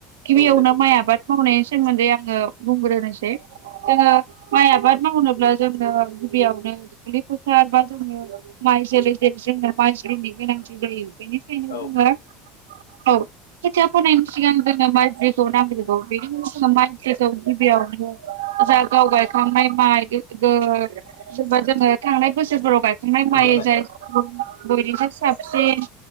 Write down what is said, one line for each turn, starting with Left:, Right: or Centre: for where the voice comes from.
Right: गिबियावनो
Left: औ दे फोरमायजागोन
Right: माइ आबाद
Left: नोंथां
Right: मावनाय सोमोन्दै आङो बुंग्रोनोसै जोङो माइ आबाद मावनोब्ला जोंनो गिबियावनो दुब्लि फोथार बा जोंनो माइ जोलै जेरै जोंना माइज्लिनि गोनांथि जायो बेनिखायनो
Left: औ
Right: जोङो औ खोथिया फोनायनि सिगां जोङो माइज्लिखौ नांग्रोगौ बेनि उनाव जोङो माइज्लिखौ गिबियावनो जा गाव गायखांनाय माइ गे ओ जेनबा जोङो थांनाय बोसोरफोराव गायखांनाय
Left: बिदियावनो
Right: माइ जायखौ बयनिफ्राय साबसिन